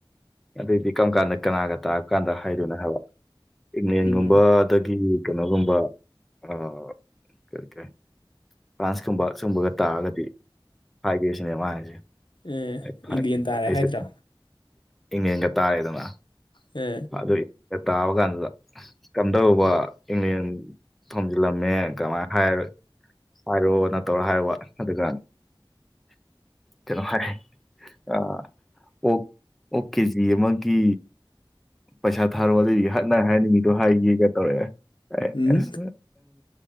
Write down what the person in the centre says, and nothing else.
ꯑꯗꯨꯗꯤ ꯀꯔꯝ ꯀꯥꯟꯗ ꯀꯅꯥꯒ ꯇꯥꯔ ꯀꯥꯟꯗ ꯍꯥꯏꯗꯣꯏꯅꯣ ꯍꯥꯏꯕ ꯏꯪꯂꯦꯟꯒꯨꯝꯕ
ꯗꯒꯤ ꯀꯩꯅꯣꯒꯨꯝꯕ ꯑꯩ ꯀꯔꯤ ꯐ꯭ꯔꯥꯟꯁꯀꯨꯝꯕ ꯁꯨꯝꯕꯒ ꯇꯥꯔꯒꯗꯤ ꯍꯥꯏꯒꯦ ꯁꯤꯅꯦ ꯃꯥ ꯍꯥꯏꯁꯦ
ꯍ ꯐꯔꯦ
ꯑꯩꯁꯦ
ꯏꯪꯉꯦꯟꯒ ꯇꯥꯔꯦꯗꯅ
ꯑꯗꯨ ꯇꯥꯕ ꯀꯥꯟꯗꯨꯗ ꯀꯝꯗꯧꯕ ꯏꯦꯟ ꯊꯣꯝꯖꯤꯜꯂꯝꯃꯦ ꯀꯃꯥꯏꯅ ꯍꯥꯏꯔ ꯍꯥꯏꯔꯣ ꯅꯠꯇꯧꯔꯣ ꯍꯥꯏꯔꯣꯑꯣ ꯑꯗꯨꯒ ꯀꯩꯅꯣ ꯍꯥꯏ ꯑ ꯑꯣ ꯑꯣꯛ ꯀꯦ ꯖꯤ ꯃꯥꯒꯤ ꯄꯩꯁꯥ ꯊꯥꯔꯣ ꯑꯗꯨꯗꯩꯗꯤ ꯍꯅ ꯍꯥꯏꯅꯤꯡꯉꯤꯗꯣ ꯍꯥꯏꯈꯤꯒ ꯇꯧꯔꯛꯦ
ꯑꯁ